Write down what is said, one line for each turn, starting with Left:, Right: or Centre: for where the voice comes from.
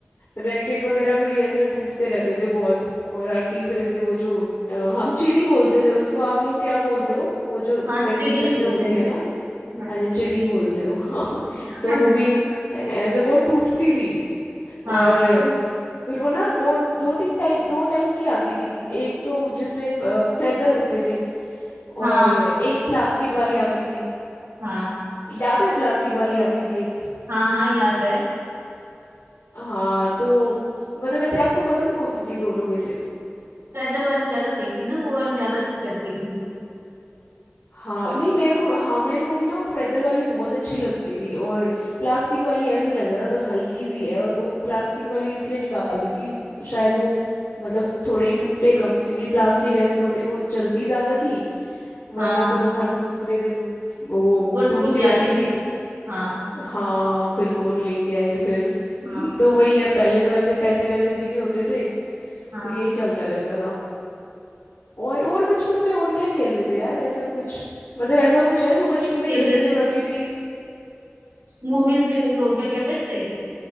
Left: रैकेट वगैरह भी ऐसे टूटते रहते थे बहुत और हर तीसरे दिन वो जो अ, हम चिड़ी बोलते थे उसको आप लोग क्या बोलते हो वो जो
Right: हाँ
Left: बैडमिंटन
Right: चिड़ी बोलते
Left: में होती
Right: हैं
Left: है ना
Right: हाँ
Left: अजय चिड़ी बोलते हो <laughs> हाँ
Right: <laughs>
Left: तो वो भी ऐ- ऐसे बहुत टूटती थी और
Right: हाँ
Left: अ,
Right: उस
Left: फिर वो ना दो दो तीन टाइप दो टाइप की आती थी एक तो जिसमें फेदर होते थे
Right: हाँ
Left: और एक प्लास्टिक वाली आती थी
Right: हाँ
Left: याद है प्लास्टिक वाली आती थी एक
Right: हाँ हाँ याद है
Left: हाँ तो मतलब वैसे आपको पसंद कौन सी थी दोनों में से
Right: पैदल वाली ज्यादा सही थी ना वो वाली ज्यादा अच्छी चलती थी
Left: हाँ नहीं मेरे को हाँ मेरे को भी ना फेदर वाली बहुत अच्छी लगती थी और प्लास्टिक वाली ऐसे लग रहा था बस हल्की सी है और वो प्लास्टिक वाली इसलिए निकाल दी थी शायद वो मतलब थोड़े ही टूटे कम क्योंकि प्लास्टिक है तो थोड़ी वो चलती ज्यादा थी वरना
Right: हाँ
Left: तो हर दूसरे दिन वो
Right: वो टूट
Left: टूटती
Right: जाती
Left: रहती
Right: थी
Left: थी
Right: हाँ
Left: हाँ फिर कौन लेके आए फिर <laughs>
Right: हाँ
Left: तो वही है पहले तो ऐसे पैसे वैसे भी नहीं होते थे तो
Right: हाँ
Left: यही चलता रहता था और और बचपन में और क्या खेलते थे यार ऐसे कुछ मतलब ऐसा कुछ है जो बचपन
Right: चेस
Left: में
Right: खेलते
Left: खेलते थे
Right: थे
Left: और अभी भी
Right: मूवीज भी वो क्या कहते हैं इसे